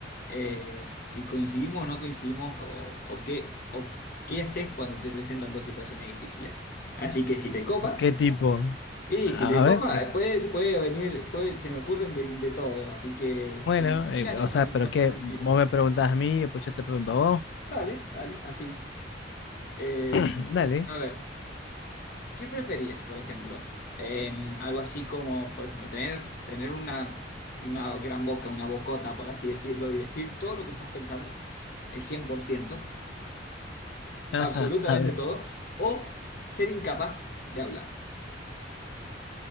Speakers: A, on the left; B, on the left.
A: eh, si coincidimos o no coincidimos, o, o qué, o qué haces cuando te presentan dos situaciones difíciles. Así que si te copa,
B: ¿de qué tipo?
A: y
B: A
A: si te
B: a
A: copa,
B: ver, eh,
A: eh, puede, puede venir, puede, se me ocurren de, de todo. Así que
B: bueno,
A: tranquila,
B: eh,
A: no,
B: o sea,
A: tran-
B: pero
A: no
B: qué,
A: tan tranquila.
B: vos me preguntás a mí y después yo te pregunto a vos.
A: Dale, dale, así. Eh,
B: <laughs> <clears throat> Dale,
A: a ver, ¿qué preferías, por ejemplo? Eh, algo así como, por ejemplo, tener, tener una, una gran boca, una bocota, por así decirlo, y decir todo lo que estás pensando, el 100%,
B: ajá,
A: absolutamente
B: a ver.
A: todo, o ser incapaz de hablar.